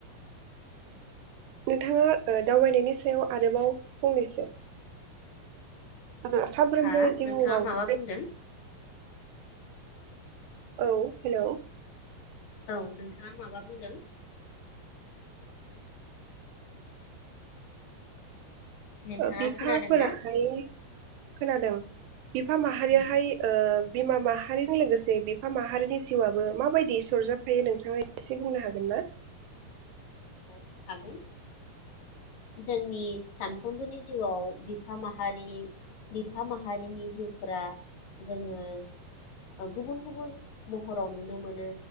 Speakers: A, on the right; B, on the left.
A: नोंथाङा ओ दावबायनायनि सायाव आरोबाव फंनैसो <unintelligible> साफ्रोमबो
B: हा
A: जिउआवहाय
B: नोंथाङा माबा बुंदों
A: औ हेलौ
B: औ नोंथाङा माबा बुंदों? नोंथाङा
A: ओ बिफाफोराहाय
B: खोनादोंना
A: खोनादों बिफा माहारियाहाय
B: उम
A: ओ बिमा माहारिनि लोगोसे बिफा माहारिनि जिउआबो माबायदि सरजाबफायो नोंथाङा एसे बुंनो हागोन ना?
B: अ हागोन जोंनि सानफ्रोमबोनि जिउआव बिफा माहारि बिफा माहारिनि जिउफोरा जोङो ओ गुबुन-गुबुन महराव नुनो मोनो